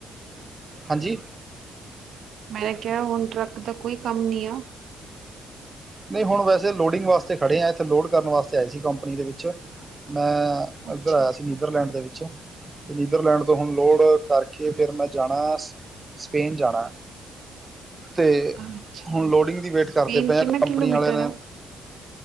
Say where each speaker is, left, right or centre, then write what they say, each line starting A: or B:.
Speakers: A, on the right; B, on the right.
A: ਹਾਂਜੀ
B: ਮੈਂ ਕਿਹਾ ਹੁਣ ਟਰੱਕ ਦਾ ਕੋਈ ਕੰਮ ਨ ਆ
A: ਨਹੀਂ ਹੁਣ ਵੈਸੇ ਲੋਡਿੰਗ ਵਾਸਤੇ ਖੜ੍ਹੇ ਆ ਇੱਥੇ ਲੋਡ ਕਰਨ ਵਾਸਤੇ ਆਏ ਸੀ ਕੰਪਨੀ ਦੇ ਵਿੱਚ ਮੈਂ
B: ਅੱਛਾ
A: ਇੱਧਰ ਆਇਆ
B: ਜੀ,
A: ਸੀ ਨੀਦਰਲੈਂਡ ਦੇ ਵਿੱਚ ਅਤੇ ਨੀਦਰਲੈਂਡ ਤੋਂ ਹੁਣ ਲੋਡ ਕਰਕੇ ਫਿਰ ਮੈਂ ਜਾਣਾ ਸਪੇਨ ਜਾਣਾ ਅਤੇ
B: ਅੱਛਾ-ਅੱਛਾ।
A: ਹੁਣ ਲੋਡਿੰਗ ਦੀ ਵੇਟ
B: ਸਪੇਨ
A: ਕਰਦੇ ਪਏ ਹਾਂ
B: ਕਿੰਨਾ
A: ਕੰਪਨੀ
B: ਕਿਲੋਮੀਟਰ
A: ਵਾਲਿਆਂ ਨੇ
B: ਹੈ?